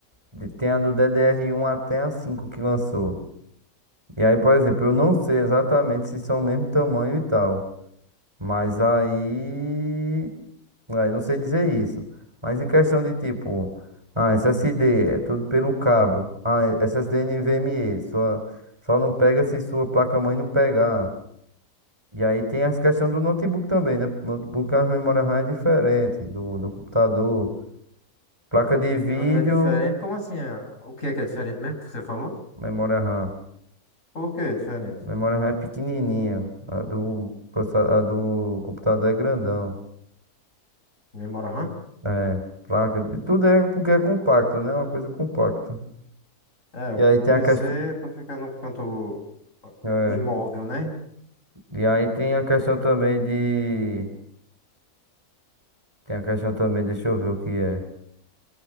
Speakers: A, on the right; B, on the left.
A: de- tem a do DDR1 até a 5 que lançou. E aí, por exemplo, eu não sei exatamente se são o mesmo tamanho e tal, mas aí, aí não sei dizer isso. Mas em questão de tipo, ah, SSD é tudo pelo cabo, ah, SSD NVMe, sua, só não pega se sua placa-mãe não pegar. E aí tem as questões do notebook também, né? Notebook, a memória RAM é diferente do, do computador. Placa de vídeo,
B: Não- É diferente? Como assim? é? O que é que é diferente mesmo que você falou?
A: memória RAM.
B: Por que é diferente?
A: Memória RAM é pequenininha. A do, processa- a do computador é grandão.
B: Memória RAM?
A: É, placa de... Tudo é porque é compacto, né? Uma coisa compacta.
B: É,
A: E
B: o
A: aí tem
B: o PC
A: a questão...
B: é pra ficar no canto ah,
A: É.
B: imóvel, né?
A: E aí tem a questão também de... Tem a questão também, deixa eu ver o que é.